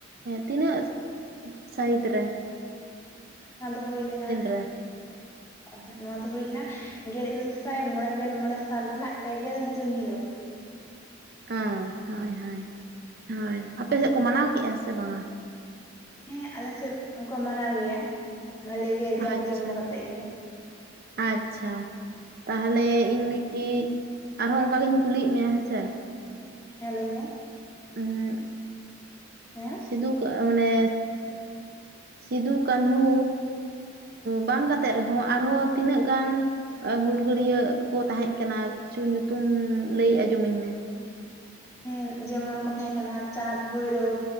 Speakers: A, on the right (about 50°); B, on the left (about 15°).
A: ᱛᱤᱱᱟᱹᱜ? ᱥᱟᱦᱤᱛ ᱨᱮ ᱾
B: ᱚᱱᱟ ᱫᱚ ᱦᱩᱭ ᱞᱮᱱᱟ
A: ᱨᱮ
B: ᱾ ᱚ ᱱᱚᱣᱟ ᱫᱚ ᱦᱳᱭ ᱞᱮᱱᱟ ᱜᱮᱞ ᱤᱨᱟᱹᱞ ᱥᱟᱭ ᱢᱚᱬᱮ ᱜᱮᱞ ᱢᱚᱬᱮ ᱥᱟᱞ ᱨᱮᱱᱟᱜ ᱯᱮᱜᱮᱞ ᱡᱩᱱ ᱦᱤᱞᱳᱜ᱾
A: ᱚᱸ ᱦᱳᱭ ᱦᱳᱭ ᱦᱳᱭ ᱟᱯᱮ ᱥᱮᱫ ᱠᱚ ᱢᱟᱱᱟᱣ ᱠᱮᱫᱼᱟ ᱥᱮ ᱵᱟᱝᱟ?
B: ᱦᱮᱸ ᱟᱞᱮ ᱥᱮᱫ ᱦᱚᱸᱠᱚ ᱢᱟᱱᱟᱣ ᱜᱮᱭᱟ ᱵᱷᱟᱞᱮ ᱜᱮ ᱡᱟᱠ
A: ᱟᱪᱪᱷᱟ
B: ᱡᱚᱢᱚᱠ ᱠᱟᱛᱮᱜ ᱜᱮ
A: ᱟᱪᱪᱷᱟ ᱛᱟᱦᱚᱞᱮ ᱤᱧ ᱢᱤᱫᱴᱤᱡ ᱟᱨᱦᱚᱸ ᱚᱱᱠᱟ ᱜᱤᱧ ᱠᱩᱞᱤᱭᱮᱜ ᱢᱮᱭᱟ ᱦᱮᱸᱥᱮ᱾
B: ᱦᱮ ᱞᱟᱹᱭ ᱢᱮ᱾
A: ᱩᱸ
B: ᱦᱮᱸ
A: ᱥᱤᱫᱩ ᱢᱟᱱᱮ ᱥᱤᱫᱩ ᱠᱟᱹᱱᱦᱩ᱾ ᱵᱟᱝ ᱠᱟᱛᱮᱜ ᱨᱮᱦᱚᱸ ᱟᱨᱦᱚᱸ ᱛᱤᱱᱟᱹᱜ ᱜᱟᱱ ᱦᱩᱞᱜᱟᱹᱲᱭᱟᱹ ᱠᱚ ᱛᱟᱦᱮᱸ ᱠᱟᱱᱟ ᱠᱤᱪᱷᱩ ᱧᱩᱛᱩᱢ ᱞᱟᱹᱭ ᱟᱸᱡᱚᱢ ᱟᱹᱧ ᱢᱮ᱾
B: ᱦᱮᱸ ᱡᱮᱢᱚᱱ ᱠᱚ ᱛᱟᱦᱮᱸ ᱠᱟᱱᱟ ᱪᱟᱸᱫᱽ ᱵᱷᱳᱭᱨᱳᱵᱽ᱾